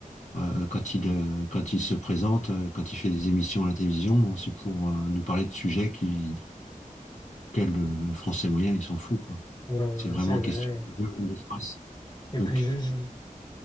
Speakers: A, on the left; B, on the left.
A: euh, quand il, euh, quand il se présente, euh, quand il fait des émissions à la télévision, bon, c'est pour euh, nous parler de sujets qui auquel le, le français moyen, il s'en fout, quoi.
B: Ouais, ouais,
A: C'est vraiment
B: ouais, c'est vrai.
A: question de de l'espace.
B: Et
A: Donc,
B: puis, je, je-